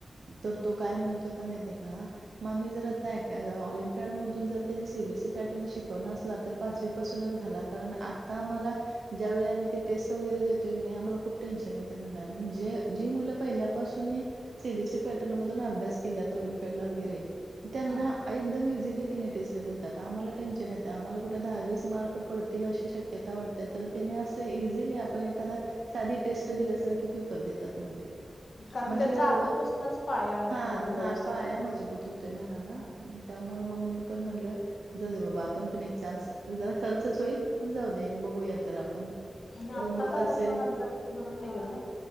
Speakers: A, on the right; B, on the left.
A: तर तो काय म्हणत होता माहितीय का? मम्मी जर आता ऑलिमपियाड मधून जर त्यानी सीबीएससी ते पॅटर्न शिकवणार असला तर पाचवी पासूनच घाला कारण आता आम्हाला ज्यावेळी आम्ही ते टेस्ट वगैरे देतोय की नाही आम्हाला खूप टेन्शन येतंय म्हटलं आणि ज जी मुलं पहिल्या पासुनी सीबीएससी पॅटर्न मधून अभ्यास केल्यात ओलंपियाडला वगैरे. त्यांना
B: हम्म
A: एकदम इझिली त्याने टेस्ट देत त्यात आम्हाला टेन्शन येते आम्हाला कुठे दहा वीस मार्क पडतील अशी शक्यता वाटते तर त्याने असं इझिली आप पण एखादा साधी टेस्ट दिल्यासारखे पेपर देतात म्हणले.
B: कारण
A: म्हणजे
B: त्यांचा
A: एवढं
B: आधीपासूनच पाया
A: हा
B: हे झालेला
A: हा
B: असतोय
A: पाया
B: ना
A: मजबूत होतोय म्हणाला.
B: हम्म
A: त्यामुळं मग मी पण म्हणलं जाऊ दे बाबा आपण पण एक चा्स ज खर्चच होईल पण जाऊ दे बघूया तर आपण
B: म्हणजे आत्ताचा
A: जर होत असेल
B: खर्च नंतर भरून निघेल नाही?